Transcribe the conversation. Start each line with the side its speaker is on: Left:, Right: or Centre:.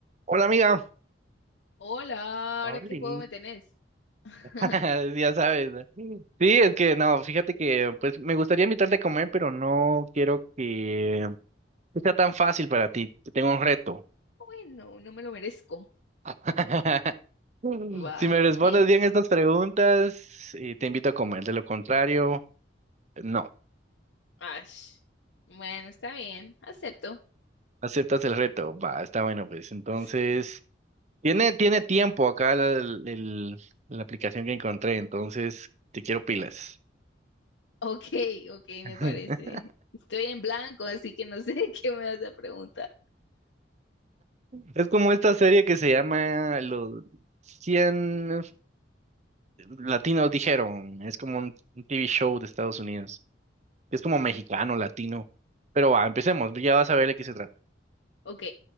Right: Hola amiga.
Left: Hola,
Right: Oli.
Left: ¿ahora qué juego me tenés? <laughs>
Right: <laughs> Ya sabes. ¿no? Sí, es que no, fíjate que pues me gustaría invitarte a comer, pero no quiero que que sea tan fácil para ti. Te tengo un reto.
Left: Bueno, no me lo merezco.
Right: <laughs>
Left: Va,
Right: Si me respondes
Left: sí.
Right: bien estas preguntas, eh, te invito a comer. De lo contrario, no.
Left: Ash. Bueno, está bien, acepto.
Right: ¿Aceptas el reto? Va, está bueno, pues. Entonces,
Left: Ace-
Right: tiene, tiene tiempo acá la el- el- la aplicación que encontré, entonces te quiero pilas.
Left: <laughs> Ok, ok, me
Right: <laughs>
Left: parece. Estoy en blanco, así que no sé <laughs> qué me vas a preguntar.
Right: Es como esta serie que se llama Los cien Latinos Dijeron. Es como un un TV show de Estados Unidos. Es como mexicano, latino. Pero va, empecemos. Ya vas a ver de qué se trata.
Left: Ok,